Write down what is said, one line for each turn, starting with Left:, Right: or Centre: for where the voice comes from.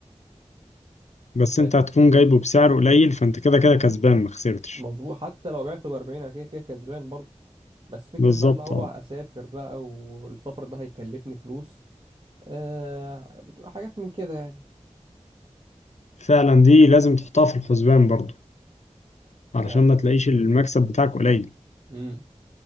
Left: بس
Right: أي.
Left: أنت هتكون جايبه بسعر قليل فأنت كده كده كسبان مخسرتش
Right: مظبوط حتى لو بعته ب 40 انا كده كده كسبان برضه بس فكره
Left: بالظبط
Right: بقى اللي هو
Left: اه
Right: اسافر بقى والسفر ده هيكلفني فلوس آه بتبقى حاجات من كده يعني
Left: فعلا دي لازم تحطها في الحسبان برضو علشان
Right: يعني
Left: ما تلاقيش المكسب بتاعك قليل
Right: مم.